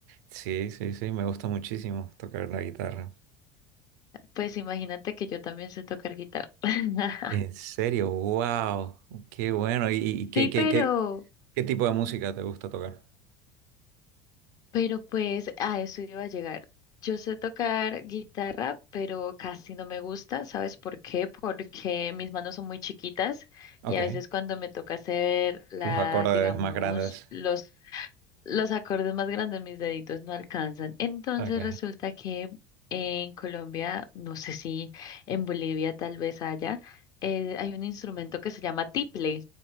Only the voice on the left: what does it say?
Pues imagínate que yo también sé tocar guitarra. <laughs>
Sí,
pero,
pero pues a eso iba a llegar. Yo sé tocar guitarra, pero casi no me gusta, ¿sabes por qué? Porque mis manos son muy chiquitas
y a veces cuando me toca hacer la,
digamos,
los los acordes más grandes mis deditos no alcanzan. Entonces
resulta que en Colombia, no sé si en Bolivia tal vez haya, eh, hay un instrumento que se llama tiple.